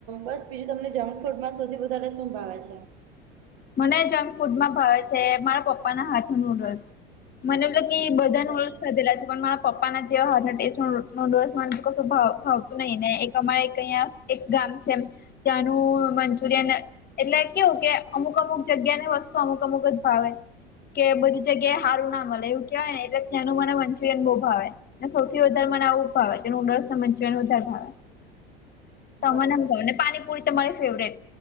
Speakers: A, on the right; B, on the left.
A: બસ બીજું તમને જંક ફૂડમાં સૌથી વધારે શું ભાવે છે?
B: મને જંક ફૂડમાં ભાવે છે મારા પપ્પાના હાથ નો નૂડલ્સ <inaudible> કે બધા
A: બરાબર
B: ઓ ખાધેલા છે પણ મ પપ્પાના જેવા હાથ ટેસ્ટ નુડલ્સ સ મને કશું ભાવતું નહી ને એક અમારે અહીંયા એક ગામ છે ત્યાંનું મંચુરિયન એટલે કેવું કે અમુક અમુક જગ્યા ની વસ્તુ અમુક અમુક જ ભાવે. કે બધી જગ્યાએ સારું ના મળે એવું કેવાય ને એટલે ત્યાંનું મને મંચુરિયન બહુ ભાવે. સૌથી વધારે મને આવું ભાવે એ નુડલ્સ મન્ચુરીયન વધારે ભાવે.
A: <inaudible>
B: <inaudible>
A: બરાબર છે
B: ને પાણીપુરી તમારી ફેવરેટ